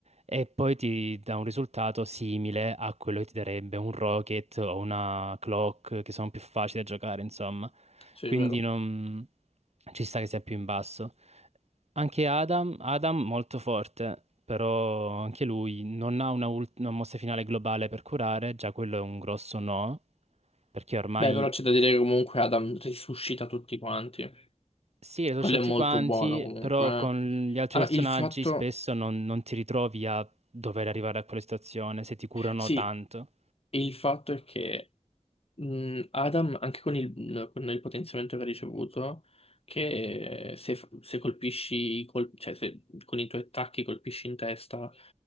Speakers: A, on the right; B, on the left.
A: e poi ti dà un risultato simile a quello che ti darebbe un Rocket o una Clock, che sono più facili da giocare, insomma.
B: sì,
A: Quindi
B: è vero.
A: non... ci sta che sia più in basso. Anche Adam, Adam molto forte, però anche lui non ha una, ult- una mossa finale globale per curare, già quello è un grosso no, perché ormai
B: Beh, però c'è da dire che comunque Adam risuscita tutti quanti.
A: sì, le conosci
B: Quello
A: tutti
B: è molto
A: quanti,
B: buono comunque.
A: però
B: eh.
A: con gli altri
B: Allora,
A: personaggi
B: il fatto...
A: spesso non, non ti ritrovi a dover arrivare a quella situazione se ti curano
B: Sì,
A: tanto.
B: e il fatto è che mh, Adam, anche con il, mhmm, con il potenziamento che ha ricevuto, che se, se colpisci, i col- cioè se con i tuoi attacchi colpisci in testa